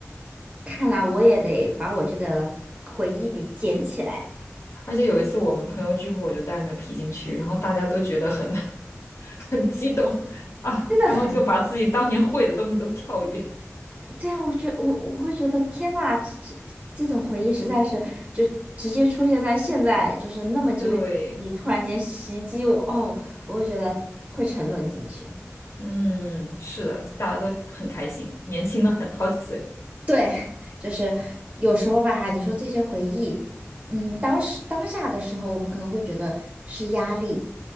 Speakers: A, on the right; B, on the left.
A: 看来我也得把我这个回忆得捡起来，
B: 而且有一次我们朋友聚会，我就带那个皮筋去，然后大家都觉得很 <laughs> 很激动啊，
A: 真的很。
B: 然后就把自己当年会的东西都跳一遍。
A: 对啊，我觉我我会觉得天呐，这这这种回忆实在是就直接出现在现在，就是那么久远，
B: 对，
A: 你突然间袭击我，哦，我会觉得会沉沦进去。
B: 嗯，是的，大家都很开心，年轻了很好几岁。
A: 对，就是有时候吧，你说这些回忆，嗯，当时当下的时候，我们可能会觉得是压力，